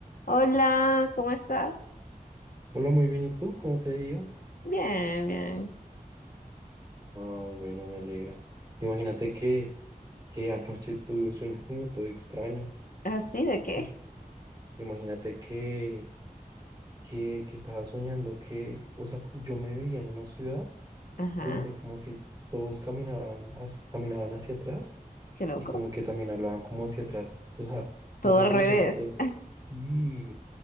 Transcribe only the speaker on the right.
Hola, muy bien. ¿Y tú? ¿Cómo te ha ido?
Ah, bueno, me alegra. Imagínate que, que anoche tuve un sueño como todo extraño.
I- Imagínate que, que, que estaba soñando que, o sea, yo me veía en una ciudad
donde como que todos caminaban hacia, caminaban hacia atrás
y como que también hablaban como hacia atrás. O sea,
no sé
si
de pronto todos... Sí,